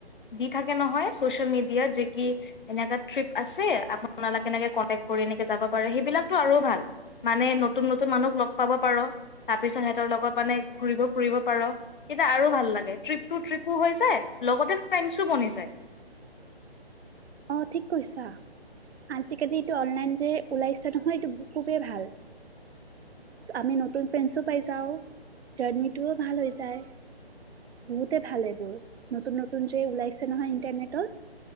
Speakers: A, on the left; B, on the right.
A: দি থাকে নহয় ছ'চিয়েল মিডিয়াত যে কি এনেকুৱা ট্ৰিপ আছে আপোনালাগে এনেকে কণ্টেক্ট কৰি এনেকে যাব পাৰে সেইবিলাকতো আৰু ভাল মানে নতুন, নতুন মানুহক লগ পাব পাৰ তাৰ পিছত সেহঁতৰ লগত মানে ঘুৰিব-ফুৰিব পাৰ তেতিয়া আৰু ভাল লাগে। ট্ৰিপটো ট্ৰিপো হৈ যায়, লগতে ফ্ৰেণ্ডছো বনি যায়।
B: অ', ঠিক কৈছা। আজিকালি এইটো অনলাইন যে ওলাইছে নহয় এইটো খুবেই ভাল। আমি নতুন ফ্ৰেণ্ডছো পাই যাওঁ, জাৰ্ণিটোও ভাল হৈ যায়। বহুতে ভাল এইবোৰ নতুন-নতুন যে ওলাইছে নহয় ইণ্টাৰনেটত।